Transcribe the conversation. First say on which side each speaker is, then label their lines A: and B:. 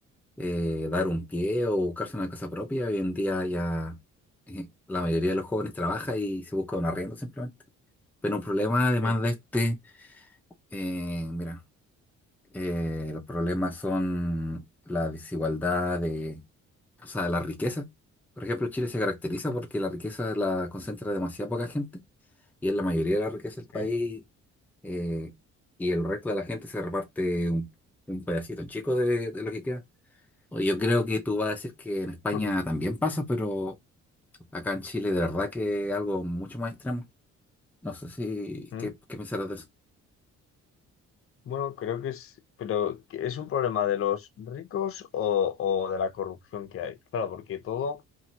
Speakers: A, in the centre; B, on the left (about 45°).
A: eh, dar un pie o buscarse una casa propia. Hoy en día ya eh, la mayoría de los jóvenes trabaja y se busca un arriendo simplemente. Pero un problema además
B: Sí,
A: de este, eh, mira. Eh, los problemas son la desigualdad de, o sea, la riqueza. Por ejemplo, Chile se caracteriza porque la riqueza la concentra demasiada poca gente y es la mayoría de la riqueza del país
B: sí.
A: eh, y el resto de la gente se reparte un, un pedacito chico de, de lo que queda. O Yo creo que tú vas a decir que en España
B: <clears throat> Mm.
A: también pasa, pero acá en Chile de verdad que es algo mucho más extremo. No sé si,
B: ¿Mm?
A: ¿qué, qué pensarás de eso?
B: Bueno, creo que es, pero ¿que ¿es un problema de los ricos o, o de la corrupción que hay? Claro, porque todo